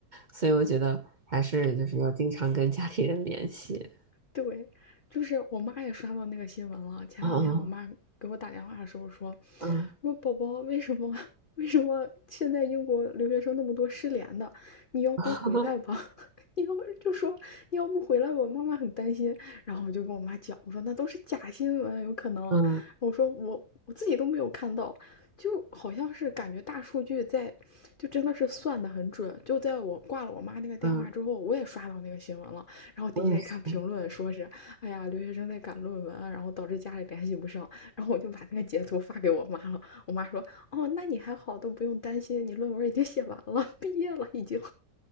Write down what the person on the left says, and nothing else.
对，就是我妈也刷到那个新闻了。前两天我妈给我打电话的时候说，
说宝宝为什么 <laughs> 为什么现在英国留学生那么多失联的？你要不回来吧？
<laughs> 你要就说你要不回来吧，妈妈很担心。然后我就跟我妈讲，我说那都是假新闻，有可能。
我说我我自己都没有看到，就好像是感觉大数据在，就真的是算的很准。就在我挂了我妈那个电话之后，
我也刷到那个新闻了。然后底下一看评论说是，
哎呀，留学生在赶论文啊然后导致家里联系不上，然后我就把那个截图发给我妈了。我妈说，哦，那你还好，都不用担心，你论文已经写完了，<laughs> 毕业了已经。